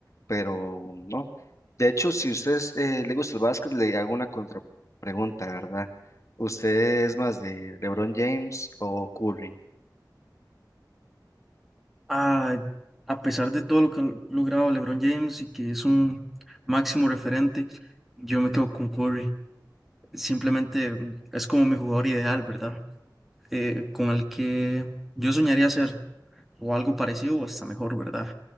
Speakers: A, on the left; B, in the centre.
A: pero no. De hecho, si a usted eh, le gusta el básquet, le hago una contrapregunta, ¿verdad? ¿Usted es más de LeBron James o Curry?
B: a, a pesar de todo lo que ha logrado LeBron James y que es un máximo referente, yo me quedo con Curry. Simplemente mm, es como mi jugador ideal, ¿verdad? Eh, con el que yo soñaría ser o algo parecido o hasta mejor, ¿verdad?